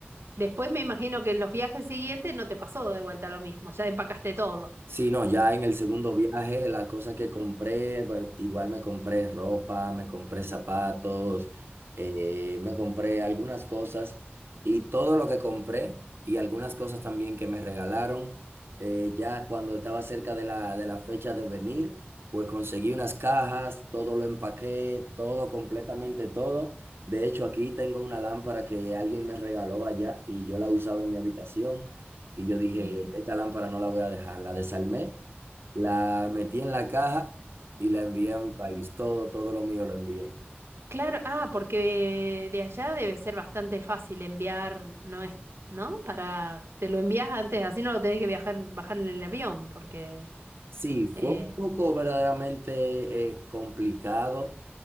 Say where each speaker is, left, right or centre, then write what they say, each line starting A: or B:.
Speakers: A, on the right; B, on the right.
A: Después me imagino que en los viajes siguientes no te pasó de vuelta lo mismo, ya empacaste todo.
B: Sí, no, ya en el segundo viaje, las cosas que compré, pues, igual me compré ropa, me compré zapatos, eh, me compré algunas cosas y todo lo que compré y algunas cosas también que me regalaron, eh, ya cuando estaba cerca de la, de la fecha de venir, pues conseguí unas cajas, todo lo empaqué, todo, completamente todo. De hecho, aquí tengo una lámpara que alguien me regaló allá y yo la usaba en mi habitación. Y yo dije,
A: Mira.
B: esta lámpara no la voy a dejar. La desarmé, la metí en la caja y la envié a mi país. Todo, todo lo mío lo envié.
A: Claro, ah, porque de allá debe ser bastante fácil enviar, ¿no es? ¿No? Para, te lo envías antes, así no lo tenés que viajar, bajar en el avión, porque
B: Sí, fue
A: eh,
B: un poco verdaderamente eh, complicado,